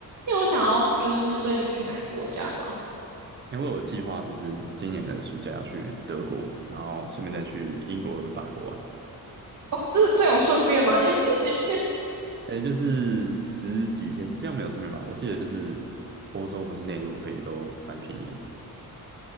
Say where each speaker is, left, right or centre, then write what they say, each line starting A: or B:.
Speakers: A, on the right; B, on the right.
A: 你有想要就是最近去哪个国家吗？
B: 因为我有计划就是今年的暑假要去德国，然后顺便再去英国跟法国玩。
A: 哦，这这有顺便吗？<laughs> 你要去几天？
B: 诶，就是十几天，这样没有顺便吗？我记得就是欧洲不是内陆飞都蛮便宜的，